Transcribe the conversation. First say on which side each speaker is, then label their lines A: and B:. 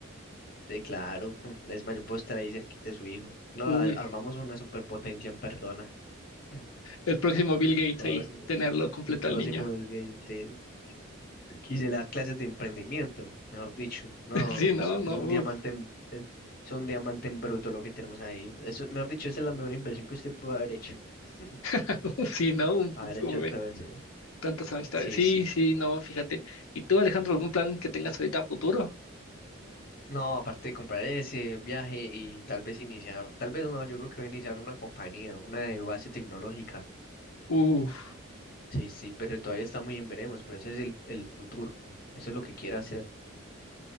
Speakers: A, on the left; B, on the left.
A: eh, claro, <laughs> mm, es más, yo puedo estar ahí cerquita de su hijo. No,
B: Uy,
A: a- armamos una superpotencia en persona. mm,
B: el próximo Bill Gates
A: como,
B: ahí,
A: eh,
B: tenerlo completo
A: el próximo
B: al niño.
A: Bill Gates, sí. Y se le da clases de emprendimiento, mejor dicho. No,
B: <laughs> Sí, no,
A: es,
B: no,
A: es un diamante
B: uf,
A: en, eh, es un diamante en bruto lo que tenemos ahí. Eso, mejor dicho, esa es la mejor inversión que usted pudo haber hecho. <laughs>
B: <laughs> sí, no, un,
A: Haber
B: un
A: hecho
B: bebé.
A: todo eso.
B: Tantas amistades.
A: Sí,
B: Sí,
A: sí.
B: sí, no, fíjate. ¿Y tú, Alejandro, algún plan que tengas ahorita a futuro?
A: No, aparte de comprar ese viaje y tal vez iniciar, tal vez no, yo creo que voy a iniciar una compañía, una de base tecnológica.
B: Uf,
A: Sí, sí, pero todavía está muy en veremos, pero ese es el, el futuro, eso es lo que quiero hacer.